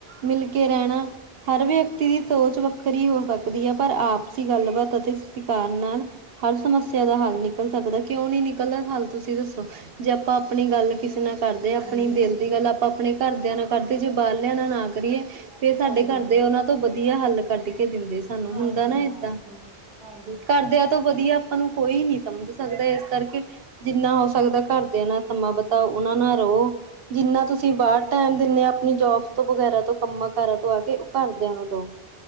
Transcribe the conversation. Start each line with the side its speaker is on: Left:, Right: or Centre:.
Right: ਮਿਲ ਕੇ ਰਹਿਣਾ। ਹਰ ਵਿਅਕਤੀ ਦੀ ਸੋਚ ਵੱਖਰੀ ਹੋ ਸਕਦੀ ਹੈ। ਪਰ ਆਪਸੀ ਗੱਲਬਾਤ ਅਤੇ ਸਤਿਕਾਰ ਨਾਲ ਹਰ ਸਮੱਸਿਆ ਦਾ ਹੱਲ ਨਿਕਲ ਸਕਦਾ ਕਿਉਂ ਨੀ ਨਿਕਲਦਾ ਹੱਲ ਤੁਸੀਂ ਦੱਸੋ। ਜੇ ਆਪਾਂ ਆਪਣੀ ਗੱਲ ਕਿਸੇ ਨਾਲ ਕਰਦੇ ਆ। ਆਪਣੀ
Left: ਹਾਂਜੀ
Right: ਦਿਲ ਦੀ ਗੱਲ ਆਪਾਂ ਆਪਣੇ ਘਰਦਿਆਂ ਨਾਲ ਕਰਦੇ ਜੇ ਬਾਹਰ ਲਿਆ ਨਾਲ ਨਾ ਕਰੀਏ ਫੇਰ ਸਾਡੇ
Left: ਹਾਂਜੀ
Right: ਘਰ
Left: ਹਾਂ
Right: ਦੇ ਉਹਨਾਂ ਤੋਂ' ਵਧੀਆ ਹੱਲ ਕੱਢ ਕੇ ਦਿੰਦੇ ਸਾਨੂੰ,
Left: ਹਾਂਜੀ
Right: ਹੁੰਦਾ ਨਾ
Left: ਹਾਂ
Right: ਏਦਾਂ
Left: ਸਹੀ ਗੱਲ ਹਾਂਜੀ ਹਾਂ
Right: ਕਰਦਿਆਂ ਤੋਂ ਵਧੀਆ ਆਪਾਂ ਨੂੰ ਕੋਈ ਨੀ ਸਮਝ ਸਕਦਾ, ਇਸ ਕਰਕੇ ਜਿੰਨਾ ਸਕਦਾ ਘਰਦਿਆਂ ਨਾਲ ਸਮਾਂ ਬਿਤਾਓ ਉਹਨਾਂ ਨਾਲ਼ ਰਹੋਂ। ਜਿੰਨਾ ਤੁਸੀਂ ਬਾਹਰ ਟੈਮ ਦਿਨੇ ਆ ਆਪਣੀ ਜੋਬ ਤੋਂ ਵਗੈਰਾ ਤੋਂ ਕੰਮਾਂ ਕਾਰਾਂ ਤੋਂ ਆ ਕੇ, ਉਹ ਘਰਦਿਆਂ ਨਾਲ ਬਾਓ।